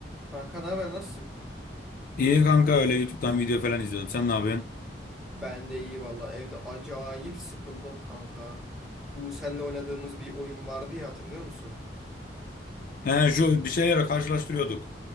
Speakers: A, in the centre; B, on the left (about 50°).
A: Kanka ne haber nasılsın?
B: İyi kanka öyle YouTube'dan video falan izliyordum. Sen ne yapıyorsun?
A: Ben de iyi valla. Evde acayip sıkıldım kanka. Bu seninle oynadığımız bir oyun vardı ya hatırlıyor musun?
B: He şu bir şeylere karşılaştırıyorduk.